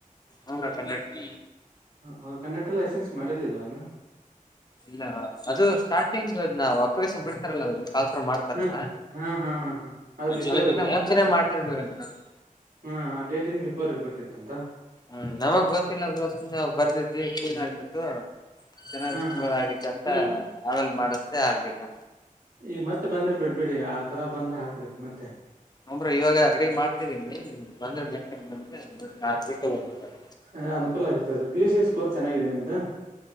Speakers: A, on the left; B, on the right.
A: ಅಂದ್ರ ಕಂಡಕ್ಟ್ರಿ.
B: ಹ ಕಂಡಕ್ಟರ್ ಲೈಸೆನ್ಸ್ ಮಾಡಿರ್ಲಿಲ್ವಾ ಅವ್ನು.
A: ಇಲ್ಲ ಅದು ಸ್ಟಾರ್ಟಿಂಗದ್ ನಾವು ಅಪ್ಲಿಕೇಶನ್ ಬಿಡ್ತಾರಲ್ಲ ಕಾಲ್ಫ್ರಾಮ್ ಮಾಡ್ ತಾರಲ್ಲಾ
B: ಹಾ ಹಾ ಹಾ ಹಾ ಹಾ ಅದು
A: ಅದಕ್ಕಿಂತ
B: ಬಿಫೋರ್ ಇರ್ಬೇಕಿತ್ತು
A: ಮುಂಚೆನೆ ಮಾಡ್ಸಿರ್ಬೇಕಂತ ರಿ ಹೌದ.
B: ಹಾ ಆ ಡೇಟ್ ನ್ ಬಿಫೋರ್ ಇರ್ಬೇಕಿತ್ತಂತ.
A: ಹ್ಮ್ ನಮಗ್ ಗೊತ್ತಿಲ್ಲ ಬ್ರೊ ಸುಮ್ನೆ ಹೊಗ್ಬರ್ದೀದ್ವಿ ಕ್ಲಿಯರ್ ಆಗ್ಬಿಡ್ತು ಚೆನ್ನಾಗ್
B: ಹಾ ಹಾ
A: ಪರಾಗಿತ್ತು ಅಂತ
B: ಈ
A: ಆಮೇಲೆ ಮಾಡಸ್ದೆ ಆಗ್ಲಿಲ್ಲ.
B: ಈಗ್ ಮತ್ತೆ ಬಂದ್ರೆ ಬಿಡ್ಬೇಡಿ ಆ ತರ ಬಂದ್ರೆ ಹಾಕ್ಬಿಡಿ ಮತ್ತೆ.
A: ಹು ಬ್ರೋ ಇವಾಗ ರೆಡಿ ಮಾಡ್ತಿದೀನಿ ಬಂದ್ರ ನೆಕ್ಸ್ಟ್ ಟೈಮ್ ಬಂದ್ರೆ ಹಾಕ್ಬಿಟ್ಟು. ಹೋಗ್ತಾರೆ
B: ಎ ಅನುಕೂಲ ಆಗತ್ತದ ಪಿಯುಸಿ ಸ್ಕೋರ್ ಚೆನ್ನಾಗಿದೆ ನಿಮ್ದು.